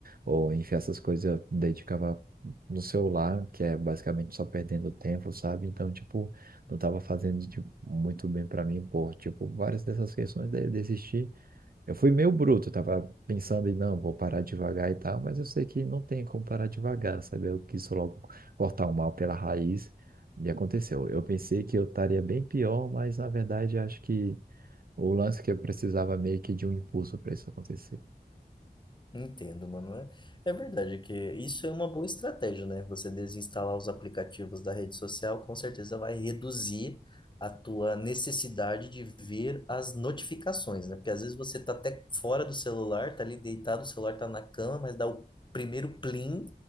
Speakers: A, on the right; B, on the left.
A: ou enfim, essas coisas eu dedicava no celular, que é basicamente só perdendo tempo, sabe? Então, tipo, não estava fazendo tipo, muito bem para mim, por tipo, várias dessas questões daí eu desisti eu fui meio bruto, tava pensando em não, vou parar devagar e tal, mas eu sei que não tem como parar devagar, sabe? Eu quis logo cortar o mal pela raiz e aconteceu. Eu pensei que eu estaria bem pior, mas na verdade acho que o lance é que eu precisava meio que de um impulso para isso acontecer.
B: entendo, mano. É, é verdade que isso é uma boa estratégia, né? Você desinstalar os aplicativos da rede social, com certeza vai reduzir a tua necessidade de ver as notificações, né? Porque às vezes você tá até fora do celular, tá ali deitado, o celular tá na cama, mas dá o primeiro plim,